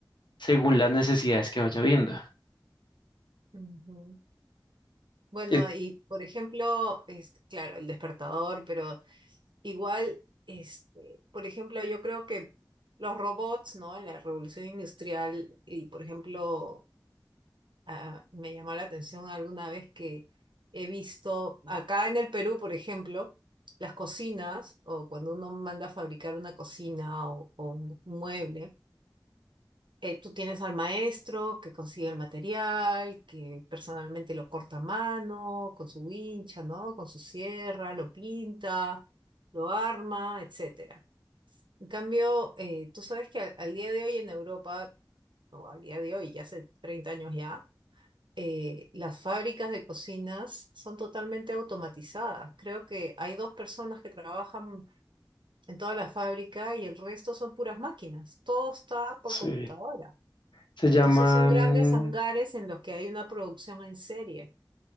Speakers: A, on the left; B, on the right.
A: según las necesidades que vaya viendo.
B: Ujú. Bueno,
A: Eh,
B: y por ejemplo, este, claro, el despertador, pero igual, este, por ejemplo, yo creo que los robots, ¿no? En la revolución industrial y, por ejemplo, Ah, me llamó la atención alguna vez que he visto acá en el Perú, por ejemplo, las cocinas o cuando uno manda a fabricar una cocina o, o un mueble, eh, tú tienes al maestro que consigue el material, que personalmente lo corta a mano, con su wincha, ¿no? Con su sierra, lo pinta, lo arma, etcétera. En cambio, eh, tú sabes que al al día de hoy en Europa, o al día de hoy, ya hace 30 años ya, eh, las fábricas de cocinas son totalmente automatizadas. Creo que hay dos personas que trabajan en toda la fábrica y el resto son puras máquinas. Todo está por
A: sí.
B: computadora.
A: Se
B: Entonces
A: llaman,
B: son grandes hangares en los que hay una producción en serie.